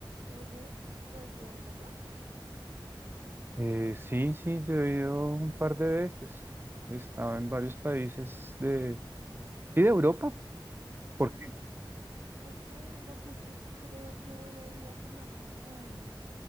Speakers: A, on the right; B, on the right.
A: Oye, ¿tú has ido a Europa?
B: Eh, sí, sí, yo he ido un par de veces. He estado en varios países de... Sí, de Europa. ¿Por
A: Mm,
B: qué?
A: Ok, porque es que creo que voy a ir a final de año,